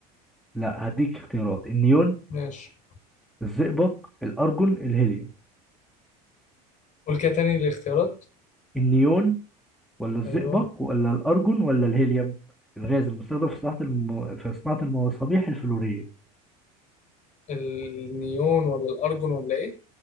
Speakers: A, in the centre; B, on the left.
A: لا هديك اختيارات النيون
B: ماشي
A: الزئبق الأرجون الهيليوم
B: قول كده تاني الاختيارات
A: النيون ولا الزئبق
B: أيوه
A: ولا الأرجون ولا الهيليوم الغاز المستخدم في صناعة الم... في صناعة المصابيح الفلورية
B: النيون ولا الأرجون ولا إيه؟